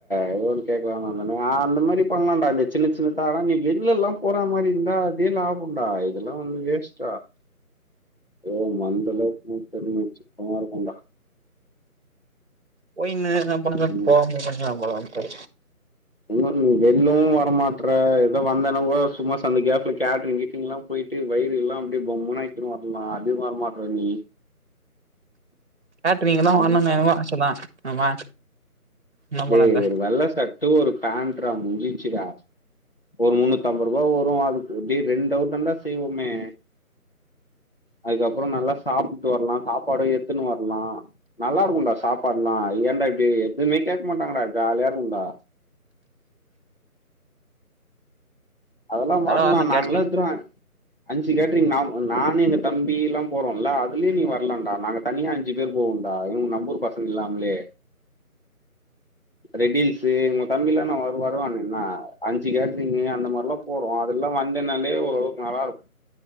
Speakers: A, on the left (about 40°); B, on the right (about 50°).
A: எதோ ஒன்னு கேக்லான் வந்தனே ஆ அந்த மாரி பண்லான்டா இந்த சின்ன சின்னதாலா நீ வெள்ளலா போற மாரி இந்தா அதே லாபோ டா இதெல்லா வந்து வேஸ்ட் டா யோவ் மந்தலா <unintelligible> சிக்கமா இருக்கன்டா
B: போயினு இதெல்லா பண்றக்கு
A: ம்
B: போவாம பண்லா போலா பா
A: இன்னு நீ வெள்லவு வரமாட்ற எதோ வந்தேனா கூட சும்மா சந்து கேப் ல கேட்ரிங் கீட்ரிங் லா போய்ட்டு வயிறு லா அப்டியே பம்மனு ஆக்கினு வர்லா அது வர்மாட்ற நீ
B: கேட்ரிங் லா வர்ணுன்
A: ம்
B: எனக்கு ஆச தா ஆமா என்ன பண்ணது
A: டேய் ஒரு வெள்ள சட்டு ஒரு பேண்ட் றா முஞ்சிச்சு டா ஒரு முன்னூத்தம்பது ரூபா வரு அதுக் டேய் ரெண்டவரு தா டா செய்வோமே அதுக்கப்றோ நல்லா சாப்ட்டு வர்லா சாப்பாடு எத்துன்னு வர்லா நல்லாருக்கு டா சாப்பாட்லா ஏ டா டேய் எதுமே கேக் மாட்டாங்டா ஜாலியாருக்கு டா அதெல்லா
B: இந்தடவ
A: வர்லா
B: வரணு
A: நாங்ளே
B: கேட்ரிங்
A: எத்துருவே அஞ்சு கேட்ரிங் நா நானு எங்க தம்பிலா போறோல அதுலே நீ வர்லான்டா நாங்க தனியா அஞ்சு பேர் போவோ டா இவுங்க நம்பூர் பசங்க இல்லாம்லே ரெடில்ஸ் ஒங்க தம்பிலா நா வருவா வருவானென்ன அஞ்சு கேட்ரிங் கு அந்த மார்லா போறோ அதுல்ல வந்தனாலே ஓரளவுக்கு நல்லாருக்கு